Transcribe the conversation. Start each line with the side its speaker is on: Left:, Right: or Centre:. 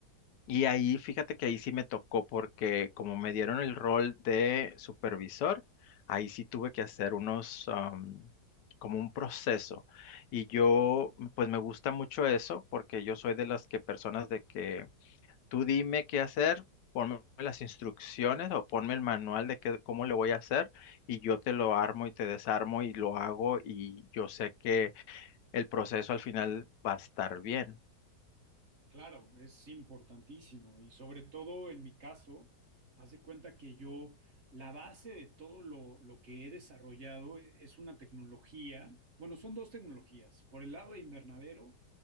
Left: Y ahí, fíjate que ahí sí me tocó porque como me dieron el rol de supervisor, ahí sí tuve que hacer unos, am, como un proceso. Y yo, pues me gusta mucho eso porque yo soy de las que personas de que tú dime qué hacer, ponme las instrucciones o ponme el manual de qué- cómo le voy a hacer y yo te lo armo y te desarmo y lo hago y yo sé que el proceso al final va a estar bien.
Right: Claro, es importantísimo y sobre todo en mi caso, haz de cuenta que yo, la base de todo lo, lo que he desarrollado es una tecnología, bueno, son dos tecnologías. Por el lado de invernadero,